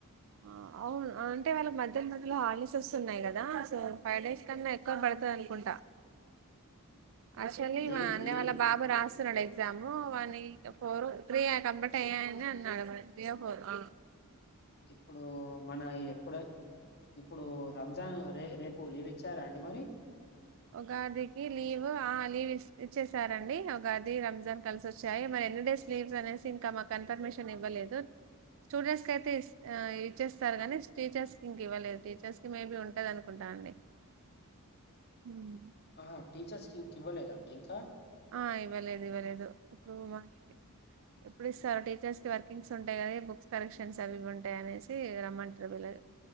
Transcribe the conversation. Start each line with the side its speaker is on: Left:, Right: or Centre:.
Right: ఆ అప్ అవును అంటే వాళ్ళకి మధ్యల్మధ్యలో హాలిడేస్ వస్తున్నాయి కదా సో ఫైవ్ డేస్ కన్నా ఎక్కువ పడతది అనుకుంటా ఆక్టులి
Left: లీవ్
Right: మా అన్నయవాళ్ళ
Left: లీ
Right: బాబు రాస్తున్నాడు ఎగ్జా జాము వాన్ని ఫోరో త్రీ కంప్లీట్ అయ్యాని అన్నాడు మరి త్రీ ఓ ఫోరో ఆ
Left: ఇప్పుడు మన ఎప్పుడై ఇప్పుడు రంజాన్ రే రేపు లీవ్ ఇచ్చారా అండి మరి
Right: ఉగాదికి లీవ్ ఆ లీవ్ ఇస్త ఇచ్చేసారండి ఉగాది రంజాన్ కలిసొచ్చాయి మరి ఎన్ని డేస్ లీవ్స్ అనేసి ఇంకా మా కన్ఫర్మేషన్ ఇవ్వాలె లేదు స్టూడెంట్స్ కైయితే ఇ ఆ ఇచ్చేస్తారు కాని టీచర్స్ ఇంక ఇవ్వలేదు టీచర్స్ కి మేబీ ఉంటది అనుకుంటా అండి ఉహ్
Left: ఆహ్ టీచర్స్ కి ఇంక ఇవ్వలేదండి ఇంకా
Right: ఆ ఇవ్వలేదు ఇవ్వలేదు ఇప్పుడు మాకు ఎప్పుడు ఇస్తారు టీచర్స్ కి వర్కింగ్స్ ఉంటాయి కదా బుక్స్ కరెక్షన్స్ అవి ఇవి ఉంటాయి అనేసి రమ్మంటుర్విళ్ళు